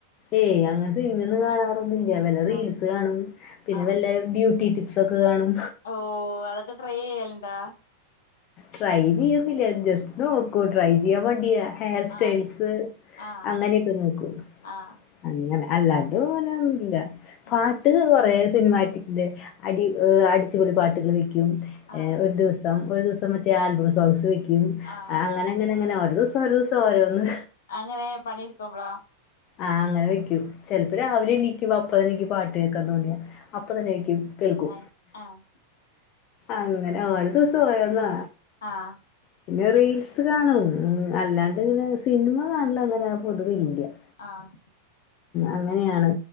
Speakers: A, on the left; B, on the left.
A: ഏയ് അങ്ങനെ സിനിമയൊന്നും കാണാറൊന്നില്ല വല്ല റീൽസ്
B: ആഹ്
A: കാണും പിന്നെ
B: ആഹ്
A: വല്ല ബ്യൂട്ടി ടിപ്സ് ഒക്കെ കാണും
B: ഓ അതൊക്കെ ട്രൈ ചെയ്യലുണ്ടാ
A: ട്രൈ ചെയ്യുന്നില്ല ജസ്റ്റ് നോക്കൂ ട്രൈ ചെയ്യാൻ മടിയാ ഹെയർ സ്റ്റൈൽസ്
B: ആഹ് ആഹ്
A: അങ്ങനെയൊക്കെ നോക്കൂ
B: ആഹ്
A: അങ്ങനെ അല്ല അതോലന്നല്ല പാ
B: ആഹ്
A: ട്ട് കുറെേ സിനിമാറ്റിന്റെ അടി അടിച്ചുപൊളിപാട്ടുകൾ വെക്കും
B: ആഹ്
A: ഒരു ദിവസം ഒരു ദിവസം മറ്റേ ആൽബം സോങ്സ് വെക്കും
B: ആഹ്
A: അങ്ങനെ അങ്ങനെങ്ങന ഒരു ദിവസം ഒരു ദിവസം ഓരോന്ന്
B: അങ്ങനെ പണിട്ക്കുമ്പളോ
A: ആഹ് അങ്ങനെ വെക്കും ചിലപ്പപ്പോ രാവിലെ എിക്കുമ്പ അപ്പ തന്നെനിക്ക് പാട്ട് കേൾക്കാൻ തോന്നിയ അപ്പ തന്നെ വെക്കും കേൾക്കൂ
B: ഏഹ് ആഹ്
A: അങ്ങനെ ഒരോ ദിവസം പോയന്നാ
B: ആഹ്
A: പിന്നെ റീൽസ് കാണും അല്ലാണ്ട് ഇങ്ങനെ സിനിമ കാണല് അങ്ങനെ പൊതുവില്ല
B: ആഹ്
A: അങ്ങനെയാണ്